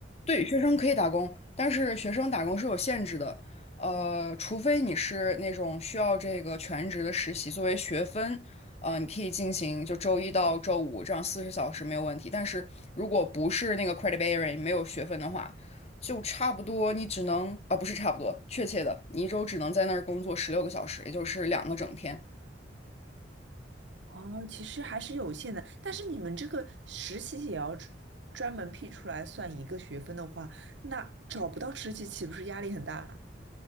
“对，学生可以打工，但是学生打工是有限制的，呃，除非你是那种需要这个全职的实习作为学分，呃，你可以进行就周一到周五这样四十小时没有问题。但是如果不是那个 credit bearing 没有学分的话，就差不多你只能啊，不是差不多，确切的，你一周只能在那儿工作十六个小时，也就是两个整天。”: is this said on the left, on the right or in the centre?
Left